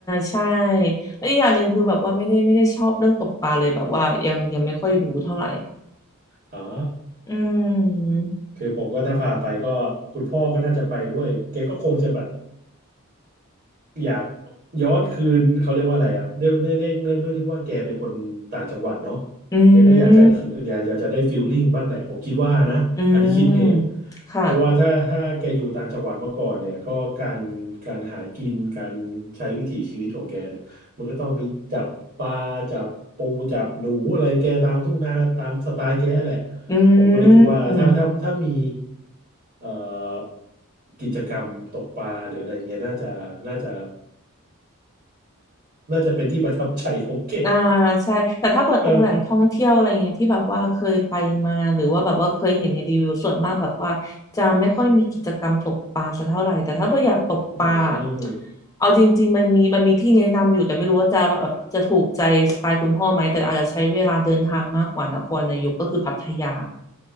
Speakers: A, on the left (about 15°); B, on the right (about 45°).
A: ใช่แล้วอีกอย่างหนึ่งคือแบบว่าไม่ได้ไม่ได้ชอบเรื่องตกปลาเลยแบบว่ายังยังไม่ค่อยรู้เท่าไหร่
B: อ่า
A: อืม
B: คือผมก็ถ้าพาไปก็คุณพ่อก็น่าจะไปด้วยแกก็คงจะแบบอยากย้อนคืนเขาเรียกว่าอะไรอ่ะเนื่องเนื่องเนื่องเนื่องด้วยที่ว่าแกเป็นคนต่างจังหวัดเนาะ
A: อื
B: แกก็อยากจะอยากอยากจะได้ฟีลลิ่งบ้างแหละผมคิดว่านะอันนี้คิดเอง
A: มอืมค่ะ
B: เพราะว่าถ้าถ้าแกอยู่ต่างจังหวัดมาก่อนเนี่ยก็การการหากินการใช้วิถีชีวิตของแกเนี่ยมันก็ต้องมีจับปลาจับปูจับหนูอะไรของแกตามทุ่งนาตามสไตล์แกแหละ
A: อื
B: ผมก็เลยคิดว่าถ้าถ้าถ้ามี
A: ม
B: เอ่อกิจกรรมตกปลาหรืออะไรเงี้ยน่าจะน่าจะน่าจะเป็นที่ประทับใจของแก
A: อ่าใช่ แต่ถ้าเปิดตรงแหล่งท่องเที่ยวอะไรเงี้ยที่แบบว่าเคยไปมาหรือว่าแบบว่าเคยเห็นในรีวิวส่วนมากแบบว่าจะไม่ค่อยมีกิจกรรมตกปลาสักเท่าไหร่แต่ถ้าเปิดอยากตกปลา
B: เนอะอืม
A: เอาจริงๆมันมีมันมีที่แนะนำอยู่แต่ไม่รู้ว่าจะแบบจะถูกใจสไตล์คุณพ่อไหมแต่อาจจะใช้เวลาเดินทางมากกว่านครนายกก็คือพัทยา